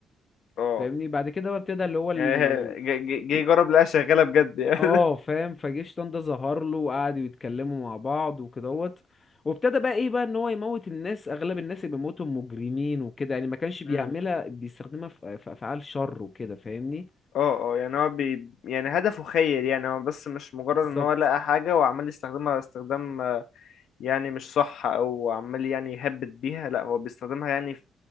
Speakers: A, on the left; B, on the left.
A: <laughs> اه
B: فاهمني بعد كده بقى ابتدى اللي هو ال...
A: يعني هي- جه جه- جه يجرب لقاها شغاله بجد يعني
B: اه فاهم فجيش طنطا ظهر له وقعدوا يتكلموا مع بعض وكدهوت وابتدى بقى ايه بقى ان هو يموت الناس اغلب الناس اللي بيموتوا مجرمين وكده يعني ما كانش بيعملها
A: امم <laughs>
B: بيستخدمها في في افعال شر وكده فاهمني
A: اه اه يعني هو بي يعني هدفه خير يعني هو بس مش مجرد
B: بالظبط
A: ان هو لقى حاجه وعمال يستخدمها استخدام آه، يعني مش صح او عمال يعني يهبد بيها لا هو بيستخدمها يعني في